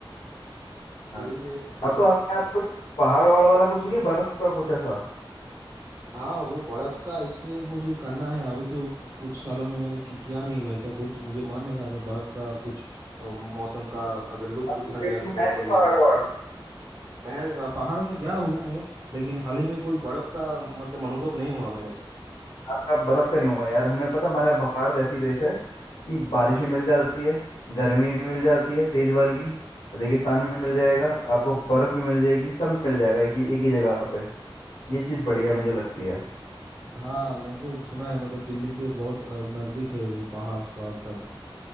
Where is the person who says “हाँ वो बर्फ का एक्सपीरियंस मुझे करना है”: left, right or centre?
Right